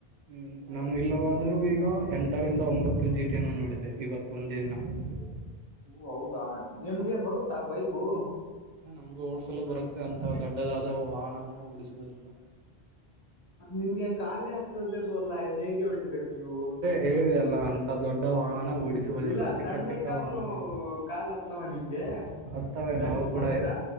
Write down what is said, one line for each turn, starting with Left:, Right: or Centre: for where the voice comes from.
Right: ಹ್ಮ್, ನಾನು ಇಲ್ಲವಾದರೂ ಈಗ ಎಂಟರಿಂದ, ಒಂಬತ್ತು ಜಿ ಟಿನ್ನು ನೋಡಿದೆ ಇವತ್ತ ಒಂದೇ ದಿನ. ಹೌ <inaudible>
Left: ಓ, ಹೌದಾ ನಿಮ್ಗೆ ಬರುತ್ತಾ ಬೈಕು.
Right: ನಮ್ಗ ಓಡ್ಸಲು ಬರುತ್ತೆ ಅಂತ ದೊಡ್ಡದಾದ ವಾಹವನ್ನು ಓಡಿಸುವುದಿಲ್ಲ.
Left: ಅದ್ ನಿಮ್ಗೆ ಖಾಲಿ ಹತ್ತದಿಲ್ವಲ್ಲಾ ಹೇಗೆ ಹೊಡಿತೀರಾ ನೀವು.
Right: ಹೇಳಿದೆಲ್ಲ <inaudible> ದೊಡ್ಡ ವಾಹನ ಓಡಿಸುವುದಿಲ್ಲ.
Left: ಇಲ್ಲ
Right: ಚಿಕ್ಕ-
Left: ಸಣ್ಣ
Right: ಚಿಕ್ಕ
Left: ಬೇಕಾದ್ರೂ
Right: ವಾಹನವನ್ನು
Left: ಕಾಲ್ ಹತ್ತವ ನಿಮ್ಗೆ
Right: <inaudible> ಹತ್ತವೆ
Left: ಬ್ಯಾಲೆನ್ಸ್
Right: ನಾವು ಕೂಡ
Left: ಮಾಡ್ತೀರಾ